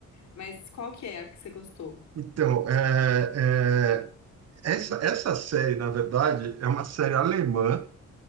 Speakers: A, on the left; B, on the right.
A: Mas qual que é a que você gostou?
B: Então, é, é, Essa, essa série, na verdade, é uma série alemã